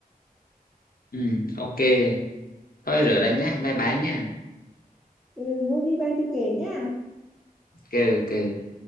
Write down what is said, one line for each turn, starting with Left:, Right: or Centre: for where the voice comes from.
Left: ừ ok thôi rửa đây nhá bye bye nha
Centre: ừ mua đi về thì kể nhá
Left: ok ok